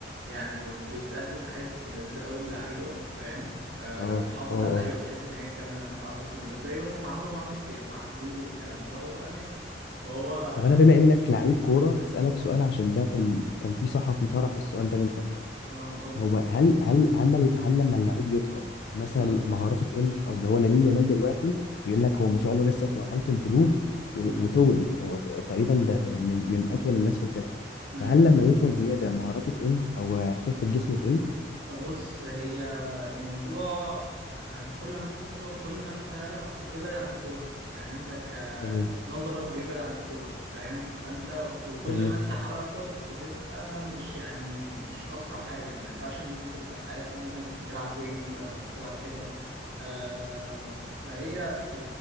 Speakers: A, on the right; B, on the left.
A: يعني بتقدم حاجات لذيذه قوي للعيبه فاهم آه
B: اه
A: بتحافظ
B: اه
A: على اللعيبه بحيث ان هي تكمل مثلا 10 سنين قدام زي مثلا ما عملوا مع ميسي مع الجو والكلام ده وبقى ميسي فهو اه
B: طب انا بما انك لعيب كوره هسالك سؤال عشان ده كان كان في صحفي طرح السؤال ده من فتره
A: قول
B: هو هل هل هل, هل لما اللعيب يطول مثلا
A: اه
B: مهاراته تقل قصدي هو لامين يامال دلوقتي بيقول لك هو ما شاء الله لسه في مرحله البلوغ و-
A: امم
B: وطول هو ت- تقريبا ده ت- من من اطول الناس في الفرقه
A: امم
B: فهل لما يطول زياده مهاراته تقل او خفه جسمه تقل
A: بص هي الموضوع انت كل ما انت بتطول كل ما انت بتبعد عن الكوره يعني انت
B: تمام
A: كنظرك بيبعد عن الكوره فاهم فانت وكل
B: تمام
A: ما انت حركتك بتبقى مش يعني مش اسرع حاجه ما ينفعش ان انت تبقى ساعتها مثلا بتلعب وينج او بتلعب كده آه فهي ب...